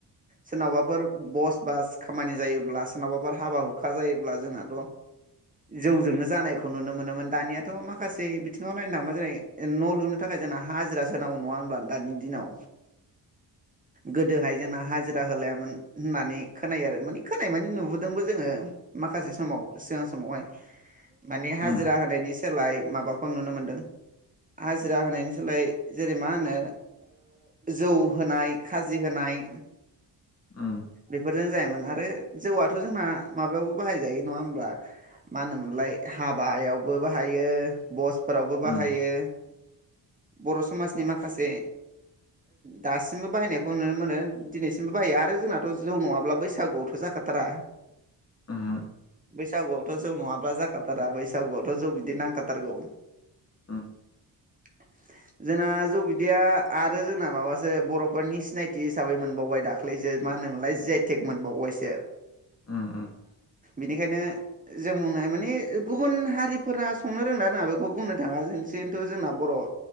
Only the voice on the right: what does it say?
सोरनावबाफोर बस बास खामानि जायोब्ला सोरनावबाफोर हाबा हुखा जायोब्ला जोंनाथ' जौजोंनो जानायखौ नुनो मोनोमोन दानियाथ' माखासे बिथिंङाव नायनो थांबा जेरै न' लुनो थाखाय जोंना हाजिरासोनांगौ नङा होनब्ला दानि दिनाव गोदोहाय जोंना हाजिरा होलायामोन होननानै खोनायो आरो माने खोनाय माने नुबोदोंबो जोंङो माखासे समाव सिगां समावहाय माने हाजिरा
होनायनि सोलाय माबाखौ नुनो मोनदों हाजिरा होनायनि सोलाय जेरै मा होनो जौ होनाय खाजि होनाय
बेफोरजों जायोमोन आरो जौआथ' जोंना माबायावबो बाहायजायो नंङा होमब्ला मा होनोमोनलाय हाबायावबो बाहायो बसफोरावबो
बाहायो
बर' समाजनि माखासे दासिमबो बाहायनायखौ नुनो मोनो दिनैसिमबो बाहायो आरो जोंनाथ' जौ नङाब्ला बैसागुआवथ' जाखाथारा
बैसागुआवथ' जौ नंङाब्ला जाखाथारा बैसागुआवथ' जौ बिदि नांखाथारगौ
<unintelligible> जोंना जौ बिदैया आरो जोंना माबासो बर'फोरनि सिनायथि हिसाबै मोनबावबाय दाख्लै दाख्लैसो मा होनोमोनलाय जि आइ थेक मोनबावबायसो
बिनिखायनो जों बुंनाय माने गुबुन हारिफोरा संनो रोंना रोङा बेखौ बुंनो थाङा जोंसेन्थु जोंना बर'